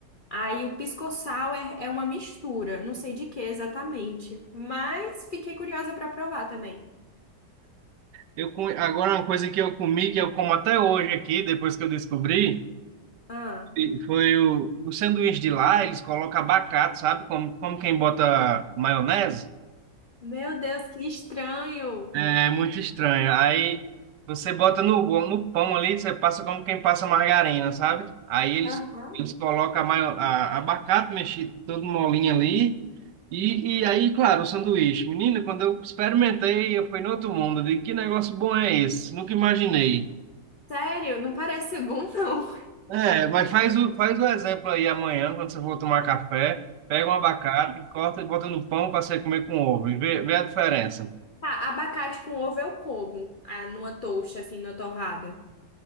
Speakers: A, on the left (about 45°); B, on the right (about 75°).
A: Aí o pisco-sal é, é uma mistura, não sei de que exatamente, mas fiquei curiosa pra provar também.
B: Eu, co- agora, uma coisa que eu comi, que eu como até hoje aqui, depois que eu descobri,
A: Ah,
B: e- foi o, o sanduíche de lá, eles colocam abacate, sabe? Como, como quem bota maionese.
A: meu Deus, que estranho!
B: É muito estranho. Aí você bota no, no pão ali, você passa como quem passa margarina, sabe? Aí eles,
A: Aham.
B: eles colocam a maio- a- abacate mexido, todo molinho ali. E, e aí, claro, o sanduíche. Menino, quando eu experimentei, eu fui no outro mundo. Eu digo, que negócio bom é esse? Nunca imaginei.
A: Sério, não parece ser bom, não.
B: É, mas faz o, faz o exemplo aí amanhã, quando você for tomar café, pega um abacate, corta e bota no pão para você comer com ovo e vê, vê a diferença.
A: Tá, abacate com ovo eu como, ah, numa toast, assim, numa torrada.